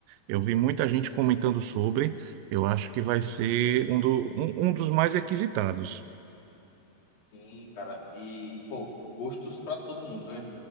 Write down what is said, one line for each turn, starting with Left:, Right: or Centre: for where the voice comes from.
Right: eu vi muita gente comentando sobre, eu acho que vai ser um, do, um, um dos mais requisitados.
Left: Sim, cara, e, pô, gostos pra todo mundo, né?